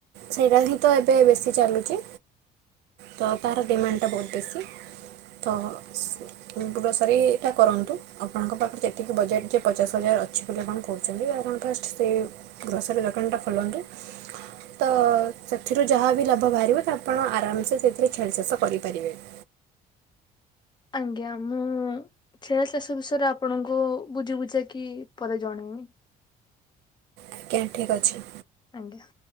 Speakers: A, on the right (about 80°); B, on the left (about 25°).
A: ସେଇଟା ହିଁ ତ ଏବେ ବେଶୀ ଚାଲୁଛି। ତ ତାର ଡିମାଣ୍ଡଟା ବହୁତ ବେଶୀ। ତ ଗୋସରୀ ଟା କରନ୍ତୁ ଆପଣଙ୍କ ପାଖରେ ଯେତିକି ବଜେଟ ଯେ ପଚାଶ ହଜାର ଅଛି ଯଦି ଆପଣ କହୁଛନ୍ତି ଆପଣ ଫାଷ୍ଟ ସେ ଗ୍ରୋଷରି ଦୋକାନ ଟା ଖୋଲନ୍ତୁ। ତ ସେଥିରୁ ଯାହା ବି ଲାଭ ବାହାରିବ ଆପଣ ଆରାମ ସେ ସେଥିରେ ଛେଳି ଚାଷ କରିପାରିବେ। <inaudible>
B: ଆଜ୍ଞା ମୁଁ ଛେଳି ଚାଷ ବିଷୟରେ ଆପଣଙ୍କୁ ବୁଝି ବୁଝା କିି ପରେ ଜଣେଇ ପୁଣି
A: ଆଜ୍ଞା ଠିକ୍ ଅଛି।
B: ଆଜ୍ଞା।